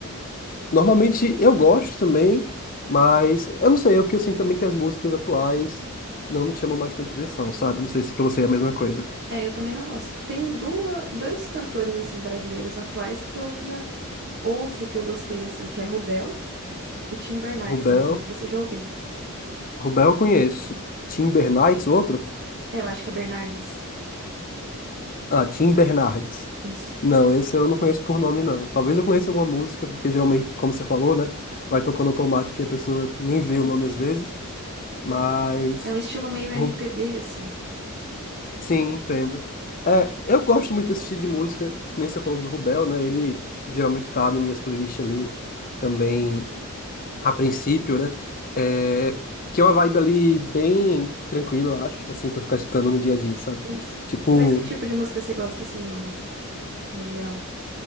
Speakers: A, on the left; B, on the right.
A: Normalmente eu gosto também, mas eu não sei, é porque eu sinto também que as músicas atuais não me chamam mais tanta atenção, sabe? Não sei se pra você é a mesma coisa.
B: É, eu também não gosto. Tem duas, dois cantores assim brasileiros atuais que eu ainda ouço que eu gostei assim, que é Rubel e Tim Bernardes.
A: Rubel,
B: Não sei se você já ouviu.
A: Rubel eu conheço. Tim Bernardes, outro?
B: É, eu acho que é Bernardes.
A: Ah, Tim Bernardes.
B: Isso.
A: Não, esse eu não conheço por nome, não. Talvez eu conheça alguma música, porque geralmente, como você falou, né? Vai tocando automático e a pessoa nem vê
B: Isso.
A: o nome às vezes. Mas,
B: É um estilo meio
A: Ru-
B: MPB assim.
A: sim, entendo. É, eu gosto muito desse estilo de música, que nem você falou do Rubel, né? Ele geralmente tá nas minhas playlists ali também, a princípio, né? É, que é uma vibe ali bem tranquila, eu acho, assim, pra ficar escutando no dia a dia, sabe?
B: Isso.
A: Tipo,
B: Mas que tipo de música você gosta assim no, no geral?